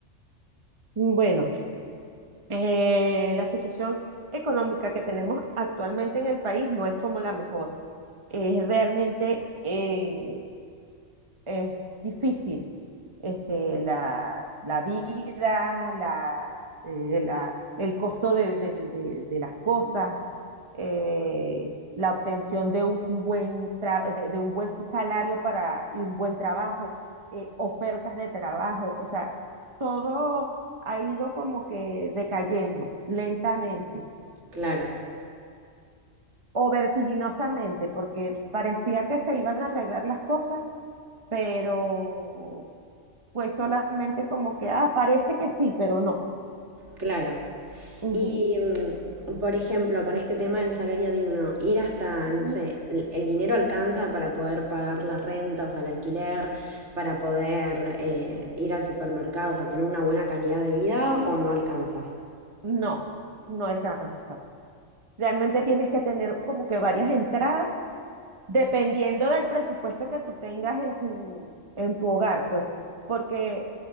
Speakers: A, on the right; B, on the right.
A: Bueno, eh, la situación económica que tenemos actualmente en el país no es como la mejor. Es realmente eh, es difícil. este, la, la vida, la, eh, la- el costo de, de- de- de las cosas, eh, la obtención de un buen, tra- de, de un buen salario para, y un buen trabajo, eh, ofertas de trabajo, o sea, todo ha ido como que decayendo lentamente
B: Claro,
A: o vertiginosamente, porque parecía que se iban a arreglar las cosas, pero Fue solamente como que, ah, parece que sí, pero no.
B: claro.
A: Ujú.
B: Y, mm, por ejemplo, con este tema del salario digno, ir hasta,
A: Ujú.
B: no sé, el el dinero alcanza para poder pagar la renta, o sea, el alquiler, para poder eh, ir al supermercado, o sea, tener una buena calidad de vida o no alcanza.
A: No, no alcanza. Realmente tienes que tener como que varias entradas, dependiendo del presupuesto que tú tengas en tu, en tu hogar, pues, porque